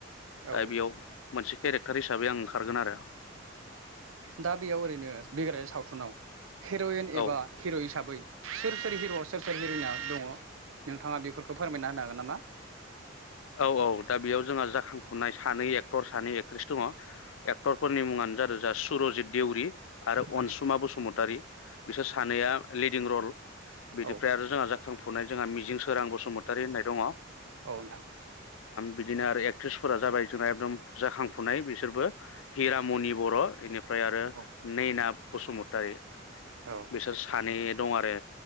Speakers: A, on the right (about 80°); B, on the left (about 75°).
A: औ
B: दा बेयाव मोनसे केरेक्टार हिसाबै आं ओंखारगोन आरो।
A: दा बेयाव ओरैनो बिग्रायारि सावथुनाव। हिर'यन एबा
B: औ
A: हिर' हिसाबै सोर सोर हिर' सोर सोर हिर'इना दङ नोंथाङा बेफोरखौ फोरमायना होनो हागोन नामा?
B: औ औ दा बेयाव जोंहा जाखांफुनाय सानै एक्टर सानै एक्ट्रिस दङ एक्टरफोरनि मुङानो जादों जा सुरजित देउरि। आरो
A: आदसा
B: अनसुमा बसुमतारि बिसोर सानैया लिद दिं रल। बिनिफ्राय
A: औ
B: आरो जोंहा जाखां फुनाय जोंहा मिजिं सोरां बसुमतारि होननाय दङ।
A: औ नोंथां।
B: बिदिनो आरो एक्ट्रिसफोरा जाबाय जोंना एकदम जाखांफुनाय बिसोरबो हिरामनि बर इनि फ्राय आरो
A: औ
B: नैना बसुमतारी
A: औ
B: बिसोर सानै दं आरो